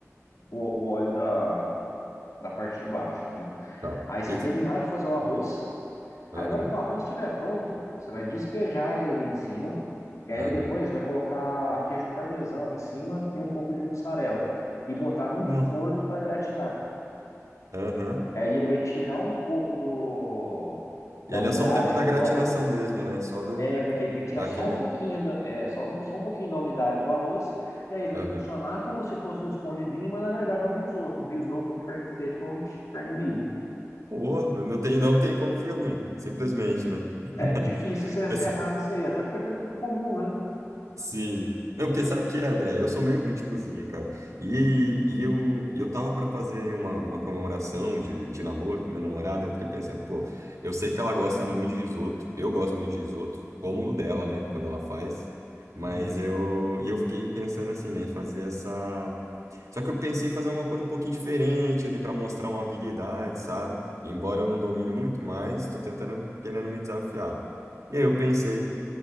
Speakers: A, on the left; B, on the right.
A: o, o óleo da da parte de baixo, né?
B: Tá.
A: Aí você
B: Esse-
A: vai terminar de fazer o arroz.
B: Aham.
A: Aí na hora que o arroz estiver pronto, você vai despejar ele ali em cima. E aí
B: Aham.
A: depois vai colocar queijo parmesão em cima e um pouco de mussarela. E botar no
B: Não.
A: forno para gratinar.
B: Aham.
A: Aí ele vai tirar um pouco do, da
B: E ali
A: umidade
B: é só o tempo da
A: do
B: gratinação
A: arroz.
B: mesmo, né? Só do
A: É, porque ele tem que tirar
B: daquele.
A: só um pouquinho da, é, só, um, só um pouquinho da umidade do arroz, e aí ele
B: Aham.
A: vai funcionar como se fosse um escondidinho, mas na verdade é um risoto, um risoto de carne seca ou de carne moída.
B: Pô, não tem, não tem como ficar ruim. Simplesmente, né?
A: É
B: <laughs>
A: difícil você, você
B: Mas
A: errar nisso aí, até porque é coisa tudo comum, né?
B: Sim. Não, porque sabe o que é, André? Eu sou meio ruim de cozinha, cara. E, e eu, e eu tava para fazer uma, uma comemoração de, de namoro com minha namorada. Eu fiquei pensando, pô, eu sei que ela gosta muito de risoto. Eu gosto muito de risoto, como o dela, né? Quando ela faz. Mas
A: Uhum.
B: eu, e eu fiquei pensando assim, né? em Fazer essa. Só que eu pensei em fazer alguma coisa um pouquinho diferente ali para mostrar uma habilidade, sabe? Embora eu não domine muito, mas tô tentando, querendo me desafiar. E aí eu pensei